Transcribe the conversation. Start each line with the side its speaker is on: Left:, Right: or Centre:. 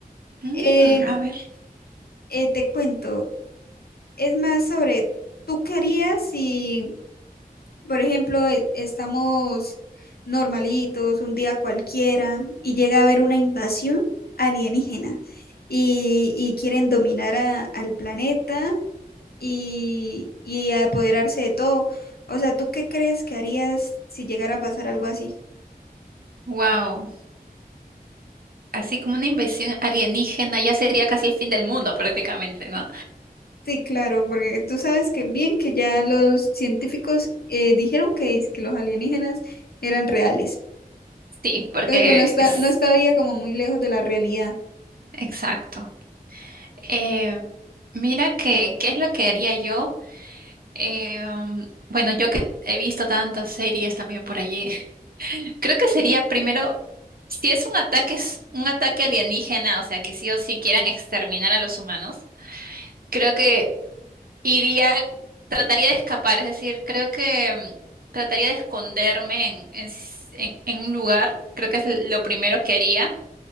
Right: Mm,
Left: Em,
Right: a ver,
Left: eh, te cuento, es más sobre, ¿tú qué harías si Por ejemplo, e- estamos normalitos, un día cualquiera, y llega a haber una invasión alienígena y, y quieren dominar a- al planeta y, y apoderarse de todo. O sea, ¿tú qué crees que harías si llegara a pasar algo así?
Right: wow, así como una invasión alienígena ya sería casi el fin del mundo prácticamente, ¿no?
Left: Sí, claro, porque tú sabes que bien que ya los científicos eh, dijeron que, es- que los alienígenas eran reales.
Right: Sí, porque
Left: Entonces, bueno, está,
Right: es
Left: no estaría como muy lejos de la realidad.
Right: exacto. Eh, mira que, ¿qué es lo que haría yo? Eh, um, bueno, yo que he visto tantas series también por allí, <laughs> creo que sería primero, si es un ataque, es un ataque alienígena, o sea, que sí o sí quieran exterminar a los humanos. Creo que Iría, trataría de escapar, es decir, creo que mm, trataría de esconderme en, en s- en- en un lugar, creo que es lo primero que haría.